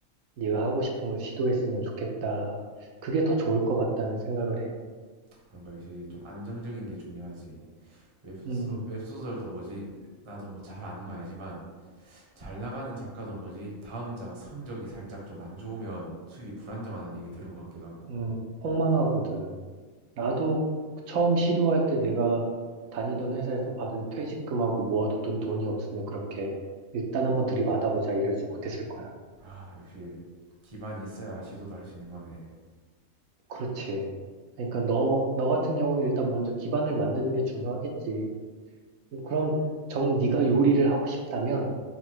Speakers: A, on the right; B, on the right.
A: 네가 하고 싶은 걸 시도했으면 좋겠다. 그게 더 좋을 것 같다는 생각을 해.
B: 그런 거 역시 좀 안정적인 게 중요하지. 웹소,
A: 음,
B: 웹소설도 뭐지? 나도 뭐 잘 아는 건 아니지만 잘 나가는 작가도 뭐지? 다음 작 성적이 살짝 좀 안 좋으면 수입이 불안정하다는 얘기 들은 것 같기도 하고.
A: 음, 폭망하거든. 나도 처음 시도할 때 내가 다니던 회사에서 받은 퇴직금하고 모아뒀던 돈이 없으면 그렇게 일단 한번 들이받아보자 이러지 못했을 거야.
B: 아, 역시 기반이 있어야 시도도 할 수 있는 거네.
A: 그렇지. 그러니까 너, 너 같은 경우는 일단 먼저 기반을 만드는 게 중요하겠지. 그럼 정 네가 요리를 하고 싶다면